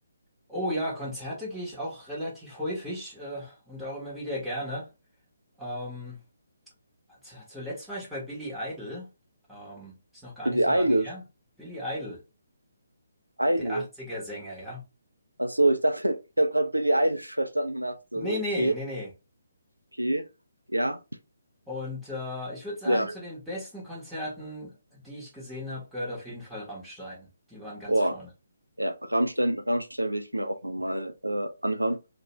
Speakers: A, in the centre; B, on the right (about 85°).
A: Oh ja, Konzerte gehe ich auch relativ häufig äh, und auch immer wieder gerne. Ähm, zu, zuletzt war ich bei Billy Idol, ähm, ist noch gar
B: Billie
A: nicht so
B: Eilish,
A: lange her. Billy Idol,
B: Idol.
A: der 80er-Sänger, ja.
B: Ach so, ich dachte, <laughs> ich habe gerade Billie Eilish verstanden und dachte so,
A: Nee, nee,
B: okay,
A: nee, nee.
B: okay, ja,
A: Und äh, ich würde sagen,
B: ja,
A: zu den besten Konzerten, die ich gesehen habe, gehört auf jeden Fall Rammstein. Die waren ganz
B: boah.
A: vorne.
B: ja, Rammstein, Rammstein will ich mir auch nochmal äh, anhören.